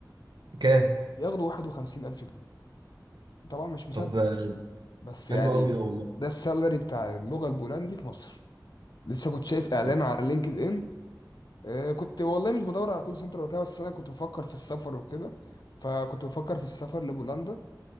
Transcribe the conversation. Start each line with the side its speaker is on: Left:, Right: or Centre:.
Right: كام
Left: بياخدوا 51 الف جنيه طبعا مش مصدق
Right: طب آه،
Left: بس يعني
Right: حلو قوي ده والله
Left: ده السالري بتاع اللغة البولندي في مصر لسه كنت شايف اعلان
Right: طب
Left: على لينكد ان آه كنت والله مش بدور على كول سنتر ولا كده بس انا كنت بفكر في السفر وكده فكنت بفكر في السفر لبولندا